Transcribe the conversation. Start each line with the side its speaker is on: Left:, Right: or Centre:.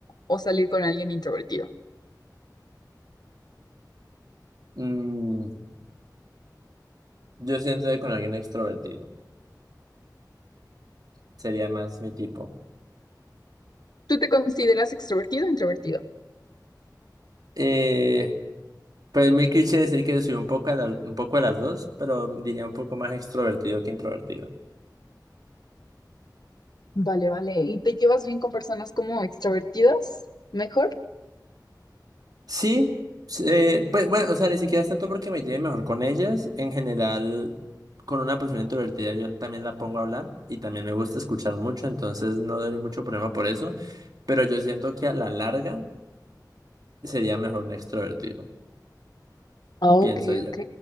Left: o salir con alguien introvertido?
Right: Mm. Yo siento que con alguien extrovertido. Sería más mi tipo.
Left: ¿Tú te consideras extrovertido o introvertido?
Right: Eh, pues es muy cliché decir que soy un poco a las, un poco de las dos, pero diría un poco más extrovertido que introvertido.
Left: Vale, vale. ¿Y te llevas bien con personas como extrovertidas? ¿Mejor?
Right: Sí, s- eh, pues bueno, o sea, ni siquiera es tanto porque me lleve mejor con ellas. En general, con una persona introvertida yo también la pongo a hablar y también me gusta escuchar mucho, entonces no daría mucho problema por eso. Pero yo siento que a la larga sería mejor un extrovertido,
Left: Ah,
Right: pienso
Left: ok,
Right: yo.
Left: ok.